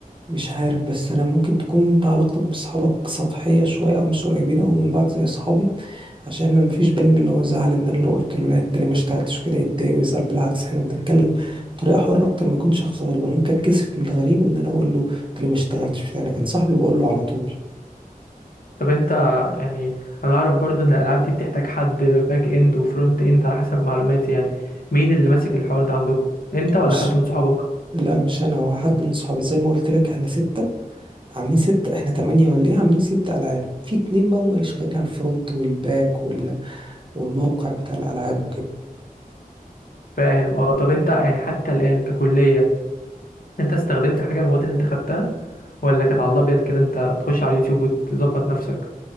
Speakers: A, on the right (about 35°); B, on the left (about 70°).
A: مش عارف بس انا ممكن تكون انت علاقتك بصحابك سطحيه شويه او مش قريبين او من بعض زي اصحابي عشان انا مفيش بينا اللي هو زعل ان انا لو قلت له لا انت ليه ما اشتغلتش كده يتضايق ويزعل بالعكس احنا بنتكلم بطريقه حره اكتر ما يكون شخص غريب انا ممكن اتكسف من الغريب ان انا اقول له انت ليه ما اشتغلتش بتاع لكن صاحبي بقول له على طول
B: طب انت يعني انا اعرف برضو ان الالعاب دي بتحتاج حد باك اند وفرونت اند على حسب معلوماتي يعني مين اللي ماسك الحوار ده عندكم انت ولا
A: مش
B: حد من صحابك
A: لا مش انا هو حد من صحابي زي ما قلت لك احنا سته عاملين ستة احنا تمانية ولا ايه عاملين ستة ألعاب في اتنين بقى هما اللي شغالين على الفرونت والباك وال... والموقع بتاع الألعاب وكده
B: فاهم اه طب انت يعني حتى الان ككليه انت استخدمت حاجه من المواد اللي انت خدتها ولا كانت على الابيض كده انت بتخش على اليوتيوب وتظبط نفسك